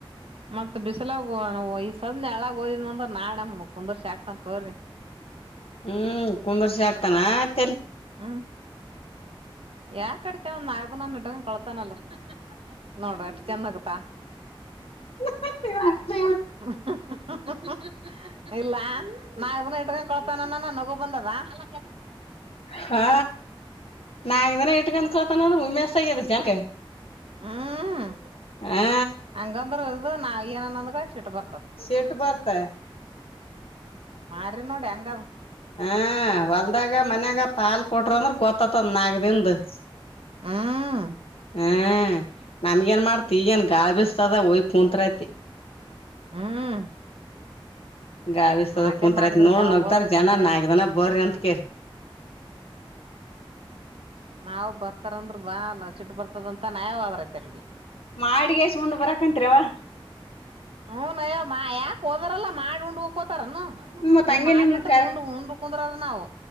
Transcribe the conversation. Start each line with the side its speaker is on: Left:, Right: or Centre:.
Right: ಮತ್ ಬಿಸಲಾಗ ಹೊ <unintelligible> ಈ ಸದ್ ನೆಳಗ್ ಓದಿನ ಅಂದ್ರ ನಾಳೆ ನಮ್ಮನ್ ಕುಂದೂರ್ಶ ಹಾಕ್ತಾನ್ ತೋರಿ.
Left: ಹ್ಮ್ ಕುಂದರ್ಸೆ ಹಾಗ್ತಾನ ತೆಲಿ
Right: ಹ್ಮ್. ಯಾಕ ಕಡಿತೇ ಒಂದ್ ನಾಗಪ್ಪಂದ ಒಂದ್ ಇಟ್ಟ ಕೊಳ್ತಾನಲ್ ನೋಡ ಎಷ್ಟ ಚೆಂದ ನಗತಾಳ.
Left: <unintelligible>
Right: <unintelligible> ಇಲ್ಲ ನಾಕ ದಿನ ಇಟ್ಟಕೊಂಡ ಇರ್ತನ ಅನನ ನಗು ಬಂದದ ಅಲ್ಲ ಕ
Left: ಹಾ ನಾಕ್ ದಿನ ಇಟ್ಕೊಂಡ್ ಕಲತನ್ ಅಂದ್ರ ಉಮ್ಮೆಶ್ ಆಗ್ಯದ ಜಗ್ಗ.
Right: ಹ್ಮ್
Left: ಹಾ
Right: ಹಂಗಂದ್ರ ಇದ ನಾವ ಏನನ್ನೊಂದ್ ಗ ಸಿಟ್ಟ ಬರ್ತದ.
Left: ಸಿಟ್ಟ ಬರ್ತ.
Right: ಮಾರಿ ನೋಡ ಹೆಂಗದ.
Left: ಹ ಹೊಲ್ದಾಗ ಮನ್ಯಾಗ ಪಾಲ್ ಕೊಟ್ರ ಅಂದ್ರ ಗೊತ್ತತದ ನಾಕದಿಂದ. <inaudible>
Right: ಹ್ಮ್
Left: ಹ್ಮ ನಮಗೆನ್ ಮಾಡ್ತಿ ಈಗೆನ್ ಗಾಳಿ ಬೀಸ್ತದ ಒಯ ಕುಂತ್ರತಿ.
Right: ಹ್ಮ್
Left: ಗಾಳಿ ಬಿಸ್ತದ
Right: ಆಟೆ
Left: ಕುಂತ್ರ
Right: ಮಾಡಿದ್ರೈತೆ
Left: ಆತ್ ನೋಡ್
Right: ಅವ
Left: ನಗ್ತಾರ
Right: ಹೋದ್ರೈತೆ
Left: ಜನ
Right: ಆ ಕಡೆ
Left: ನಾಕ್ ದಿನ ಬರ್ರಿ ಅಂತ್ ಕೆ.
Right: ನಾವ್ ಬರ್ತಾರಂದ್ರ ಬಾ ಅನ್ನ ಸಿಟ್ಟ ಬರ್ತದಂತ ನಾವೇ ಹೋದ್ರ ಆಯ್ತ್ ಅಲ್ಲಿಗಿ.
Left: ಮಾಡಿಗೆಸಿ ಉಂಡ ಬರಕಂತ್ರಿರೆವ್ವ.
Right: ಹ್ಮ್ ನಯ್ಯೋ ಮಾ ಯಾಕ ಹೋದಾರೆಲ್ಲಾ ಮಾಡಿ ಉಂಡುಕ್ ಹೋತಾರೆನಾ <unintelligible>
Left: ಮತ್
Right: ನೀವ್
Left: ಹಂಗೆ
Right: ಮಾಡ್
Left: ನಿಮ್
Right: ಇಟ್ಟಿದ
Left: ಕ
Right: ಉಂಡ್ ಉಂಡ ಕುಂದ್ರೋರ ನಾವ್.